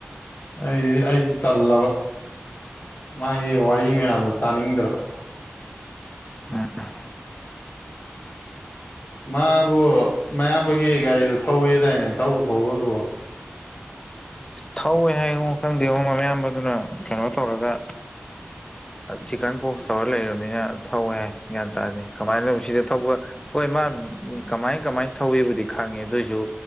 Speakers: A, on the left; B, on the left.
A: ꯑꯩꯗꯤ ꯑꯩꯗꯤ ꯇꯜꯂꯕ ꯃꯥꯒꯤ ꯋꯥꯔꯤ ꯃꯌꯥꯝꯗꯣ ꯇꯥꯅꯤꯡꯗ꯭ꯔꯕ
B: ꯎꯝ ꯎꯝ
A: ꯃꯥꯕꯨ ꯃꯌꯥꯝꯕꯒꯤ ꯒꯥꯔꯤꯗꯨ ꯊꯧꯋ°ꯗꯥꯏꯅꯦ ꯊꯧꯕꯨ ꯊꯧꯕ꯭ꯔꫭ ꯑꯗꯨꯕꯣ
B: ꯊꯧꯋꯦ ꯍꯥꯏꯉꯣ ꯈꯪꯗꯦꯉꯣ ꯃꯌꯥꯝꯕꯗꯨꯅ ꯀꯩꯅꯣ ꯇꯧꯔꯒ ꯆꯤꯛꯀꯟ ꯄꫭꯛꯁ ꯇꯧꯔ ꯂꯩꯔꯕꯃꯤꯅ ꯊꯧꯋꯦ ꯍꯥꯏ ꯒ꯭ꯌꯥꯟ ꯇꯥꯗ° ꯀꯃꯥꯏꯅꯕꯨ ꯁꯤꯗ ꯊꯧꯕ ꯍꯣꯏ ꯃꯥ ꯀꯃꯥꯏ ꯀꯃꯥꯏ ꯊꯧꯋ°ꯕꯨꯗꯤ ꯈꯪꯉꯦ ꯑꯗꯨꯑꯣꯏꯁꯨ